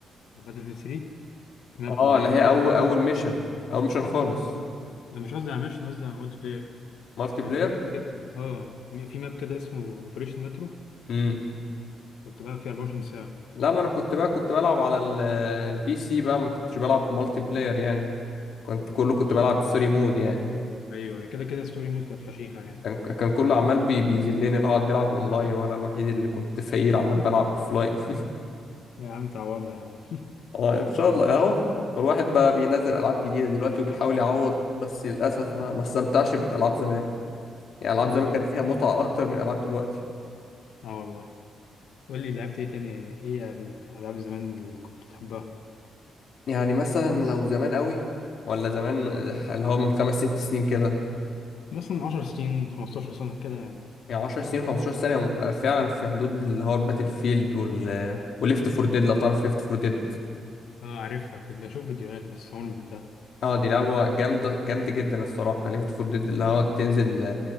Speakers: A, on the left; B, on the left.
A: باتل فيلد 3 ماب
B: اه
A: معين
B: اللي هي
A: كده
B: اول اول ميشن اول ميشن خالص
A: أنا مش قصدي على ميشن قصدي على مولتي بلاير
B: مالتي
A: كان
B: بلاير
A: في ماب كده اه في ماب كده اسمه أوبريشن مترو
B: امم
A: كنت بعمل فيه 24 ساعة
B: لا ما انا كنت بقى كنت بلعب على ال- البي سي بقى ما كنتش بلعب مالتي بلاير يعني كنت كله كنت
A: اه
B: بلعب ستوري مود يعني
A: أيوه كده كده ستوري مود كانت فشيخة يعني
B: كان كان كله عمال بي بيذلني اللي هو قاعد بيلعب اونلاين وانا الوحيد اللي كنت فقير
A: <laughs>
B: عمال بلعب اوفلاين <laughs>
A: يا عم تعوضها يا عم
B: اه ان شاء الله اهو الواحد بقى بينزل العاب جديده دلوقتي وبيحاول يعوض بس للاسف ما ما استمتعش بالعاب زمان يعني العاب
A: <laughs> كده
B: زمان
A: كده
B: كان فيها متعه اكتر من العاب دلوقتي
A: اه والله قول لي لعبت ايه تاني ايه يعني من ألعاب زمان اللي كنت بتحبها
B: يعني مثلا لو زمان قوي ولا زمان اللي هو من خمس ست سنين كده
A: مثلا 10 سنين 15 سنة كده يعني
B: يعني عشر سنين خمستاشر سنة آه، فعلا في حدود اللي هو الباتل فيلد وال وليفت فور ديد لو تعرف ليفت فور ديد
A: اه عارفها كنت بشوف فيديوهات بس عمري ما بتاع
B: اه دي لعبة جامدة جامدة جدا الصراحة ليفت فور ديد اللي هو تنزل